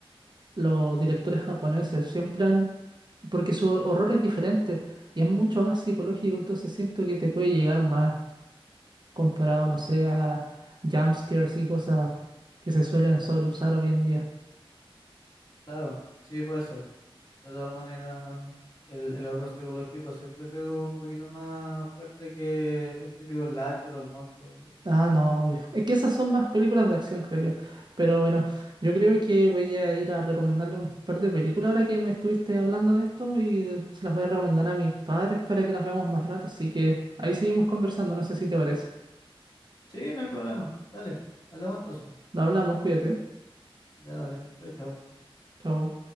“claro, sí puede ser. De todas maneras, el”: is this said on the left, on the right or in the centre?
Left